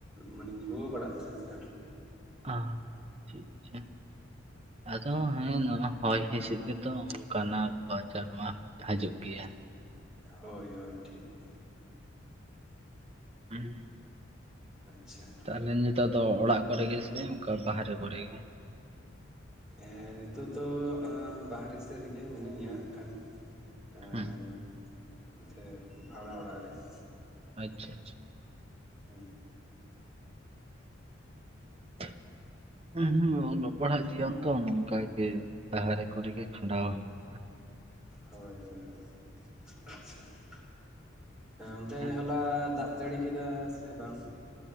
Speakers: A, in the centre; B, on the right (about 30°).
A: ᱢᱟᱱᱮᱧ ᱨᱩᱣᱟᱹ ᱵᱟᱲᱟᱜ ᱠᱟᱱᱟ ᱠᱟᱴᱤᱡ
B: <unintelligible> ᱟᱫᱚ ᱦᱮᱸ ᱱᱚᱜ-ᱚᱭ ᱦᱚᱭ ᱦᱤᱸᱥᱤᱫ ᱜᱮᱛᱚ ᱚᱱᱠᱟᱱᱟ ᱨᱩᱣᱟᱹ-ᱟᱡᱟᱨ ᱢᱟ ᱾ ᱦᱟᱡᱩᱜ ᱜᱮᱭᱟ ᱾
A: ᱦᱚᱭ ᱦᱚᱭ ᱴᱷᱤᱠ ᱾
B: <unintelligible>
A: ᱟᱪᱪᱷᱟ ᱾
B: ᱛᱟᱦᱚᱞᱮ ᱱᱮᱛᱚᱜ ᱫᱚ ᱚᱲᱟᱜ ᱠᱚᱨᱮ ᱜᱮ ᱥᱮ ᱚᱱᱠᱟ ᱵᱟᱦᱨᱮ ᱠᱚᱨᱮ ᱜᱮ?
A: ᱮᱸᱻ ᱱᱤᱛᱚᱜ ᱫᱚ ᱵᱟᱦᱨᱮ ᱥᱮᱫ ᱨᱮᱜᱮ ᱢᱤᱱᱟᱹᱧᱟ ᱦᱟᱸᱜ ᱠᱷᱟᱱ ᱾ ᱮᱸᱻ
B: ᱦᱮᱸ
A: ᱱᱚᱛᱮ ᱵᱷᱟᱲᱟ ᱚᱲᱟᱜ ᱨᱮ ᱾
B: ᱟᱪᱪᱷᱟ - ᱟᱪᱪᱷᱟ ᱾
A: ᱦᱮᱸ ᱾
B: <inaudible> ᱦᱩᱸ ᱦᱩᱸ ᱚᱞᱚᱜ-ᱯᱟᱲᱦᱟᱜ ᱡᱤᱭᱚᱱ ᱫᱚ ᱱᱚᱝᱠᱟ ᱜᱮ ᱵᱟᱦᱨᱮ ᱠᱚᱨᱮ ᱜᱮ ᱠᱷᱟᱸᱰᱟᱣ ᱦᱩᱭᱩᱜ
A: ᱦᱚᱭ ᱦᱚᱭ ᱦᱚᱭ ᱟᱪᱪᱷᱟ ᱾ ᱦᱮᱸ ᱚᱱᱛᱮ
B: ᱦᱩᱸ,
A: ᱦᱚᱞᱟ ᱫᱟᱜ ᱡᱟᱹᱲᱤ ᱠᱮᱫᱟ ᱥᱮ ᱵᱟᱝ?